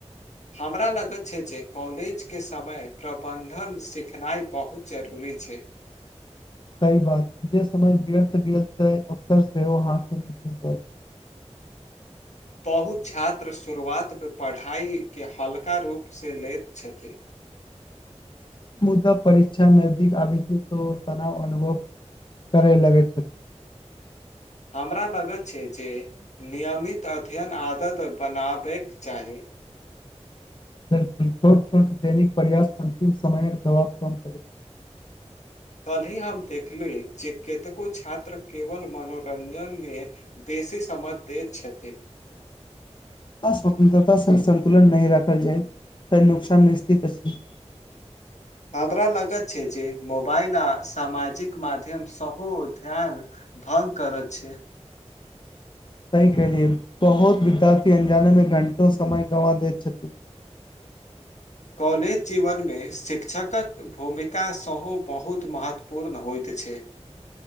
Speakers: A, on the left (about 80°); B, on the left (about 45°).
A: हमरा लगैत छै जे कॉलेज के समय प्रबंधन सिखनाइ बहुत जरूरी छै
B: सहि बात जे समय व्यर्थ गेल तै अवसर सेहो हाथ से निकल जाइ छै
A: <inaudible> बहुत छात्र शुरुआतमे पढ़ाइके हल्का रूपसँ लैत छथिन
B: मुदा परीक्षा नजदीक आबै छै तो तनाव अनुभव करै लगै छथिन
A: हमरा लगैत छै जे नियमित अध्ययन आदत बनाबैक चाही
B: बिलकुल छोट छोट दैनिक प्रयास अन्तिम समयक दबाव कम करैत
A: कल्हि हम देखली जे केतको छात्र केवल मनोरंजन मे दे बेसी समय दैत छथि
B: आ स्वतन्त्रता संग संतुलन नहि रखल जाइ तऽ नुकसान निश्चित अछि
A: <inaudible> हमरा लगैत छै जे मोबाइल आ सामजिक माध्यम सहो ध्यान भंग करैत छै
B: सही कहलियै बहुत विद्यार्थी अनजानेमे घंटों समय गवाँ दैत छथि
A: <inaudible> कॉलेज जीवनमे शिक्षकक भूमिका सेहो बहुत महत्वपूर्ण होइत छै